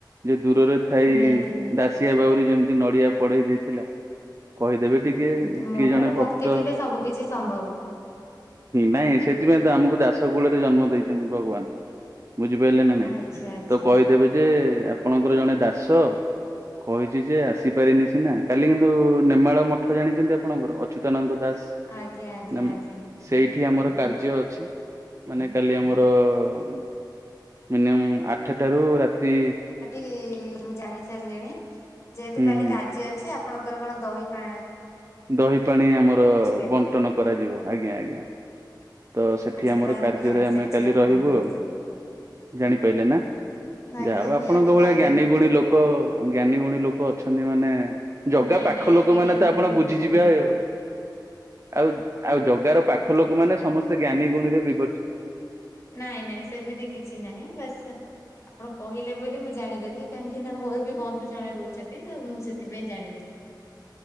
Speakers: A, on the right; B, on the left.
A: ଯୋଉ ଦୂରରେ ଥାଇ
B: ନିହାତି
A: ଦାସିଆବାଉରୀ ଯେମିତି ନଡିଆ ବଢେ଼ଇ ଦେଇଥିଲା କହିଦେବେ ଟିକେ
B: ନିହାତି
A: କିଏ
B: ମନରେ
A: ଜଣେ ଭକ୍ତ
B: ଭକ୍ତି ଥିଲେ ସବୁ କିଛି ସମ୍ଭବ।
A: ନାଇଁ ସେଥିପାଇଁ ତ ଆମକୁ ଦାସ କୂଳରେ ଜନ୍ମ ଦେଇଛନ୍ତି ଭଗବାନ ବୁଝିପାଇଲେ ନା ନାଇଁ
B: ଆଚ୍ଛା ଆଚ୍ଛା
A: ତ କହିଦେବେ ଯେ ଆପଣଙ୍କର ଜଣେ ଦାସ କହିଛି ଯେ ଆସିପାରିନି ସିନା କାଲି କିନ୍ତୁ ନେମାଳ ମଠ ଜାଣିଛନ୍ତି ଆପଣଙ୍କର ଅଚ୍ୟୁତାନନ୍ଦ ଦାସ।
B: ଆଚ୍ଛା ଆଜ୍ଞା ଆଜ୍ଞା
A: ନା ମ
B: ଆଜ୍ଞା।
A: ସେଇଠି ଆମର କାର୍ଯ୍ୟ ଝିଅ ଅଛି ମାନେ କାଲି ଆମର ଉଁ ମିନିମମ୍ ଆଠଟାରୁ ରାତି
B: କି ମୁଁ ଜାଣି ସାରିଲିଣି ଯେହେତୁ
A: ହୁଁ
B: କାଲି
A: ହୁଁ
B: କାର୍ଯ୍ୟ ଅଛି ଆପଣଙ୍କର କଣ ଦହି ପା
A: ଦହି ପାଣି ଆମର
B: କାଲି?
A: ବଣ୍ଟନ କରାଯିବ ଆଜ୍ଞା ଆଜ୍ଞା। ତ ସେଠି
B: ଆଚ୍ଛା
A: ଆମର
B: ତାହେଲେ
A: କାର୍ଯ୍ୟରେ
B: ମୁଁ ଜାଣିସାରିଛି
A: ଆମେ କାଲି
B: ଆପଣଙ୍କର
A: ରହିବୁ ଆଉ
B: ସବୁ କଥା।
A: ଜାଣିପାଇଲେ।
B: ଆଜ୍ଞା ଆଜ୍ଞା
A: ଯାହା ଆଉ ଆପଣଙ୍କ
B: ନିହାତି
A: ଭଳିଆ
B: କାହିଁକି
A: ଜ୍ଞାନୀ
B: ନୁହେଁ।
A: ଗୁଣୀ ଲୋକ ଜ୍ଞାନୀ ଗୁଣୀ ଲୋକ ଅଛନ୍ତି ମାନେ ଜଗା
B: ନାଇଁ
A: ପାଖ
B: ନାଇଁ
A: ଲୋକ
B: ଆମେ
A: ମାନେ
B: ଜ୍ଞାନୀ
A: ତ ଆପଣ
B: ଗୁଣୀ
A: ବୁଝିଯିବେ
B: ଲୋକ ନୁହଁ
A: ଆଉ। ଆଉ ଜଗାର ପାଖ ଲୋକ ମାନେ ସମସ୍ତେ ଜ୍ଞାନୀ ଗୁଣୀରେ ବିବର୍ଚିତ।
B: ନାଇଁ ନାଇଁ ସେମିତି କିଛି ନାହିଁ ବାସ ଆପଣ କହିଲେ ବୋଲି ମୁଁ ଜାଣିଦେଲି କାହିଁକି ନା ମୋର ବି ବନ୍ଧୁ ଜଣେ ରହୁଛନ୍ତି ତ ମୁଁ ସେଥିପାଇଁ ଜାଣିଦେଲି।